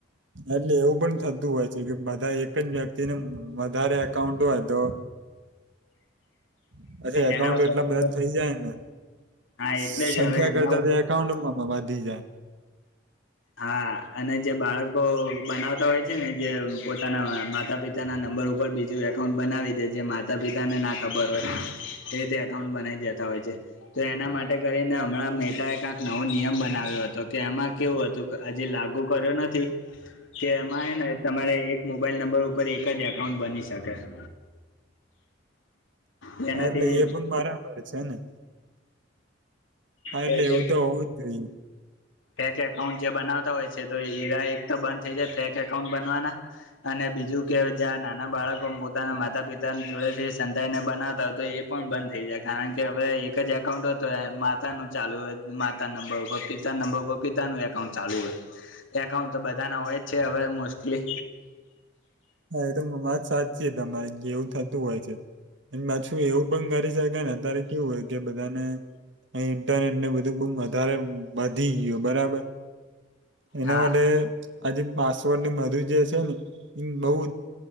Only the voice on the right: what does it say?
એટલે એવું પણ થતું હોય. ચે કે બધાયે એક જ વ્યક્તિને વધારે એકાઉન્ટ હોય તો. <unintelligible> એકાઉન્ટો
એટલા
બધા થઇ જાય ને
સંખ્યા
કરતા
<unintelligible> એઉન્ટમાં બાંધી જાય.
એટલે એ પણ બરાબર છે ને. હા
એટલે
એવું તો હોઉ જ જોઇએ.
હા એ તો મ વાત સાચી તમારી કે એવું થતું હોય છે. એન બાછું એવું પણ કરી શકાય ને અત્યારે કેવું હોય કે બધાને એ ઇન્ટરનેટ ને બધું બૂમ વધારે વધી ગીયું બરાબર એના
માટે આજેમ પાસવર્ડ ની મધુ જે છે ને એ બઉ